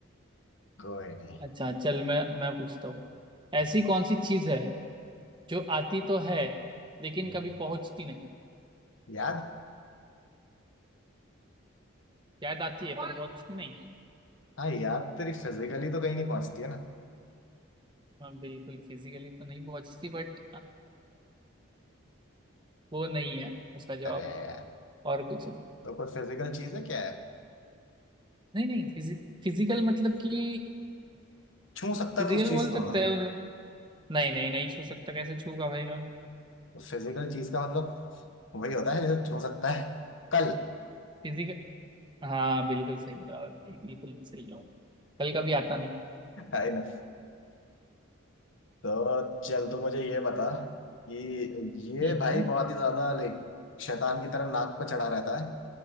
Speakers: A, on the left; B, on the right.
A: कोई नहीं
B: अच्छा चल मैं मैं पूछता हूँ ऐसी
A: हम्म।
B: कौन सी चीज है जो आती तो है लेकिन
A: हम्म।
B: कभी पहुंचती नहीं
A: याद
B: शायद आती है पर पहुंचती नहीं
A: हाँ यार तेरी फिजिकली तो कहीं नहीं पहुंचती है ना
B: हाँ बिल्कुल फिजिकली तो नहीं पहुंचती बट वो नहीं है उसका जवाब
A: अरे यार
B: और कुछ है
A: तो कोई फिजिकल चीज है क्या है
B: नहीं नहीं फिजिक फिजिकल मतलब कि
A: छू सकता
B: फिजिकल
A: तो उस चीज
B: बोल सकते
A: को
B: हैं मुझे नहीं नहीं नहीं छू सकता कैसे छूगा भाई मैं
A: तो फिजिकल चीज का मतलब वही होता है जैसे छू सकता है कल
B: फिजिकल हाँ बिल्कुल सही जवाब है भाई बिल्कुल सही जवाब कल कभी आता नहीं
A: है ना तो चल तू मुझे ये बता कि ये
B: हम्म
A: भाई
B: हम्म।
A: बहुत ही ज्यादा लाइक शैतान की तरह नाक पर चढ़ा रहता है